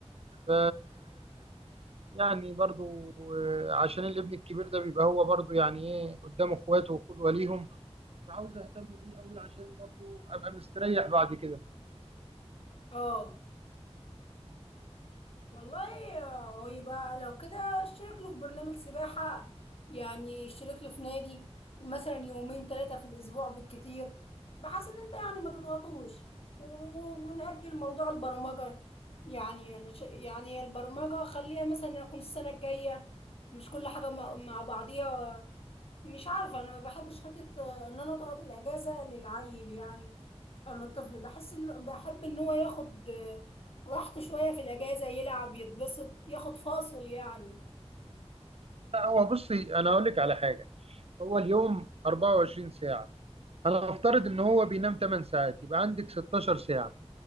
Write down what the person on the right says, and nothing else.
ف يعني برضو آه، عشان الابن الكبير ده بيبقى هو برضو يعني ايه قدام اخواته وقدوه ليهم فعاوز اهتم بيه قوي عشان برضو ابقى مستريح بعد كده
لا هو بصي انا اقول لك على حاجه هو اليوم 24 ساعه انا افترض ان هو بينام 8 ساعات يبقى عندك 16 ساعة